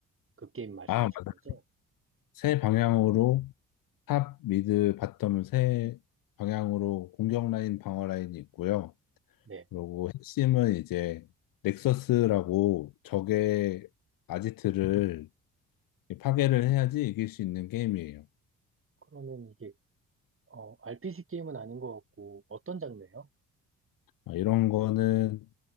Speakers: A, on the right; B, on the left.
A: 그 게임 말씀하시는
B: 아, 맞아.
A: 거죠?
B: 세 방향으로 탑, 미드, 바텀 세 방향으로 공격 라인, 방어 라인이 있고요.
A: 네,
B: 그리고 핵심은 이제 넥서스라고 적의 아지트를 파괴를 해야지 이길 수 있는 게임이에요.
A: 그러면 이게, 어, RPG 게임은 아닌 것 같고, 어떤 장르예요?
B: 아, 이런 거는